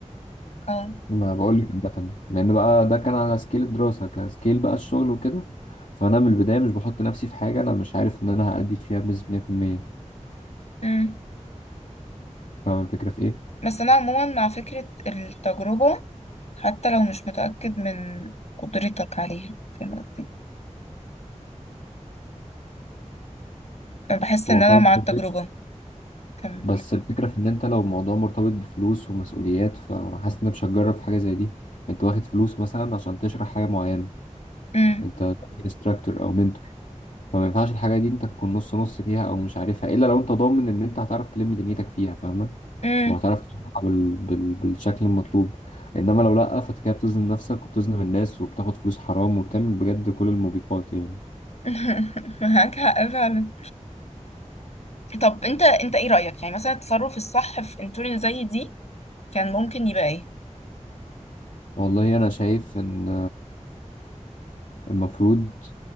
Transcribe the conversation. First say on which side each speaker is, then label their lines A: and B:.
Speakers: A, on the left (about 60°); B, on the left (about 80°).
A: اه
B: ما بقول لك عامة لأن بقى ده كان على سكيل الدراسة كسكيل بقى الشغل وكده فأنا من البداية مش بحط نفسي في حاجة أنا مش عارف إن أنا هأدي فيها بنسبة 100%
A: مم.
B: فاهم الفكرة في إيه؟
A: بس انا عموما مع فكرة التجربة حتى لو مش متأكد من قدرتك عليها فاهم قصدي بحس
B: هو
A: ان انا
B: فاهم
A: مع التجربة
B: قصدك
A: كم
B: بس الفكرة في إن أنت لو الموضوع مرتبط بفلوس ومسؤوليات فحاسس إن أنا مش هتجرب في حاجة زي دي أنت واخد فلوس مثلا عشان تشرح حاجة معينة
A: مم.
B: أنت انستراكتور أو منتور فما ينفعش الحاجة دي أنت تكون نص نص فيها أو مش عارفها إلا لو أنت ضامن إن أنت هتعرف تلم دنيتك فيها فاهمة؟
A: مم.
B: وهتعرف تطلع بال... بال... بالشكل المطلوب انما لو لا فانت كده بتظلم نفسك وبتظلم الناس وبتاخد فلوس حرام وبتعمل بجد كل الموبقات يعني
A: <laughs> معاك حق فعلا طب انت انت ايه رأيك يعني مثلا التصرف الصح في انتورن زي دي كان ممكن يبقى ايه
B: والله انا شايف ان المفروض